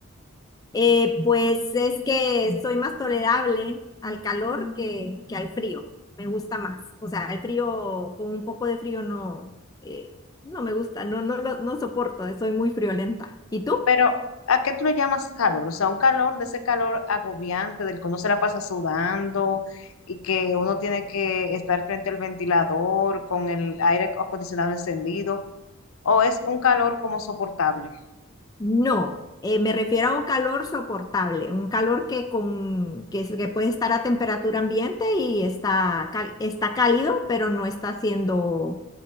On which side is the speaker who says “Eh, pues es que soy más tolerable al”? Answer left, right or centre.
Left